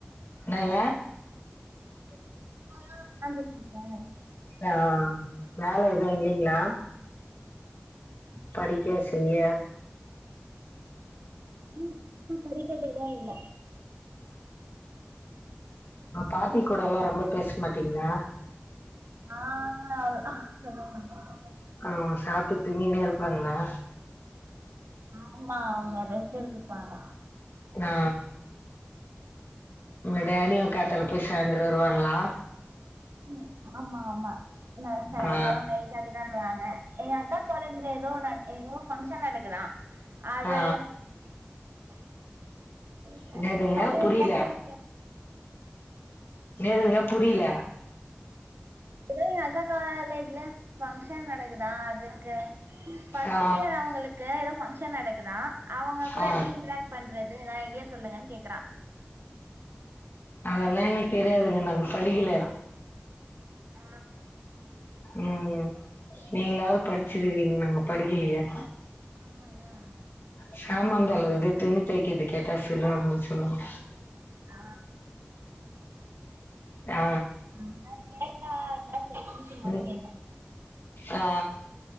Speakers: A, on the left; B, on the right.
A: என்னங்க
B: இப்பதிக்கு சும்மா தா வக்காந்துடு இருக்க
A: ஆ வேல எதுவு இல்லைங்களா படிக்க செய்ய
B: ம் இப்ப படிக்கததா இல்ல
A: ஆ பாட்டி கூட லா ரொம்ப பேசமாட்டீங்களா
B: ஆ அங்கா அல்ல சொல்ல மாட்ட
A: ஆ சாப்ட்டு தூங்கினே இருப்பாங்களா
B: ஆமா அவங்க ரெஸ்ட் எடுத்துப்பாங்க
A: ஆ உங்கடாடியு காத்தால போய் சாய்ந்தரோ வருவாங்களா
B: ம் ஆமா ஆமா ந சாய்ங்காலோ
A: ஆ
B: நைட் டுதா வராங்க எங்க அக்கா காலேஜ்ல எதோ எதோ பங்க்ஷன் நடக்குதா அத
A: ஆ
B: <inaudible> <unintelligible>
A: என்னதுங்க புரியல
B: சொல்
A: ஏதுங்க புரியில
B: இதோ எங்க அக்கா காலேஜ்ல பங்க்ஷன் நடக்குதா அதுக்கு ஃபர்ஸ்ட்
A: ஆ
B: இயர் அவுங்களுக்கு ஏதோ ஃபங்க்ஷன் நடக்குதா அவுங்க கூட
A: ஆ
B: எப்டி இன்ட்ராக்ட் பண்றது ஏதா ஐடியா சொல்லுங்கன் கேக்கறா
A: அதெல்லா எங்களுக்கு தெரியாதுங்க நாங்க படிக்கல
B: ஆ
A: ம் நீங்களாவது படிச்சிருக்கீங்க நாங்க படிக்கிலியே
B: ம் ம்
A: சாமான் தோழக்கறது துணி தொக்கற்து கேட்டா சொல்லுவானு சொல்வாங்க
B: ஆ
A: ஆ
B: ஆம்தா கேட்டா அதா செரின் சும்மா
A: ம்
B: கேட்ட
A: ஆ